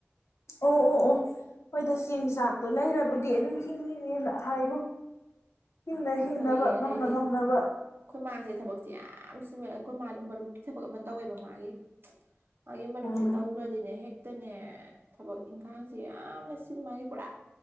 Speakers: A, on the left; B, on the right.
A: ꯑꯣ ꯑꯣ ꯑꯣ ꯈꯣꯏꯗ ꯆꯦꯡ ꯆꯥꯛꯇꯣ ꯂꯩꯔꯕꯨꯗꯤ ꯑꯗꯨꯝ ꯍꯤꯡꯉꯤꯅꯦ ꯅ ꯍꯥꯏꯒꯣ ꯍꯤꯡꯅ ꯍꯤꯡꯅꯕ
B: ꯍꯣꯏꯌꯦ ꯑꯗꯩꯗꯤ
A: ꯉꯝꯅ ꯉꯝꯅꯕ
B: ꯑꯩꯈꯣꯏ ꯃꯥꯁꯦ ꯊꯕꯛꯁꯦ ꯌꯥꯝ ꯁꯤꯃꯛꯑꯦ ꯑꯩꯈꯣꯏ ꯃꯥꯅ ꯃꯔꯨꯞꯀꯤ ꯊꯕꯛ ꯑꯃ ꯇꯧꯋꯦꯕ ꯃꯥꯒꯤ ꯃꯥꯒꯤ ꯃꯔꯨꯞꯁꯦ
A: ꯎꯝ
B: ꯇꯧꯈ꯭ꯔꯗꯤꯅꯦ ꯍꯦꯛꯇꯅꯦ ꯊꯕꯛ ꯏꯟꯈꯥꯡꯁꯦ ꯌꯥꯝꯅ ꯁꯤꯟꯕꯒꯤ ꯄꯨꯔꯥ